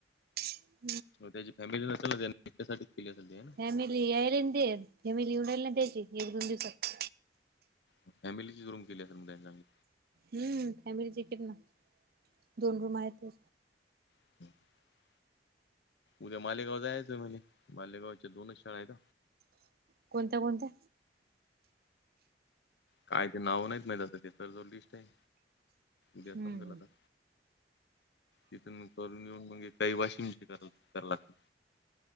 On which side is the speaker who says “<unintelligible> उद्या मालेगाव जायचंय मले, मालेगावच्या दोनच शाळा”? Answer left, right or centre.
Left